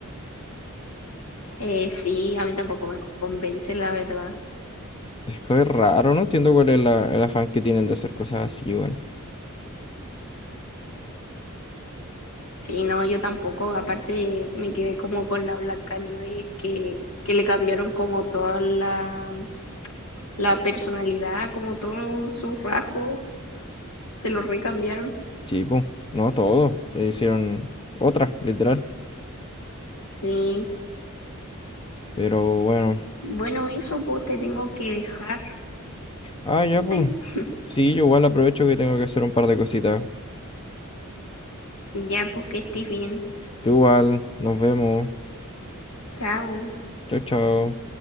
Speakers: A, on the left (about 80°); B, on the left (about 25°).
A: Eh, sí, a mí tampoco me convence, la verdad.
B: Es que es raro, no entiendo cuál es la- el afán que tienen de hacer cosas así, bueno.
A: Sí, no, yo tampoco. Aparte, me quedé como con la Blancanieves que, que le cambiaron como toda la, la personalidad, como todos sus rasgos, se los recambiaron.
B: Sí, pues, no todo. Se hicieron otras, literal.
A: Sí,
B: Pero bueno.
A: bueno, eso pues te tengo que dejar.
B: Ah, ya, pues.
A: Ay, <laughs>
B: Sí, yo igual aprovecho que tengo que hacer un par de cositas.
A: ya pues que estés bien.
B: Tú igual, nos vemos.
A: Chao.
B: Chao, chao.